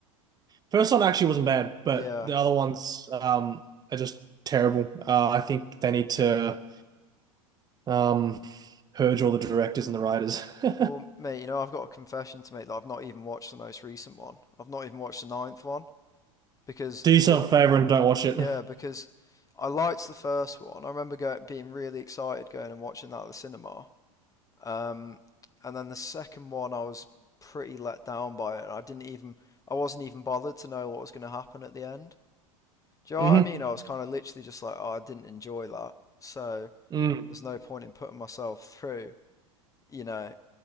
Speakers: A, on the right; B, on the left.
A: First one actually wasn't bad, but
B: Yeah.
A: the other ones um, are just terrible. Uh, I think they need to um, purge all the directors and the writers. <laughs> Do
B: Well, mate, you know, I've got a confession to make that I've not even watched the most recent one. I've not even watched the ninth one because
A: yourself
B: because
A: a favor and don't watch it.
B: yeah, because I liked the first one. I remember go, being really excited going and watching that at the cinema. Um, and then the second one, I was pretty let down by it. I didn't even I wasn't even bothered to know what was going to happen at the end. Do you know
A: hmm
B: what I mean? I was kind of literally just like, oh, I didn't enjoy that. So
A: Mm.
B: there's no point in putting myself through, you know,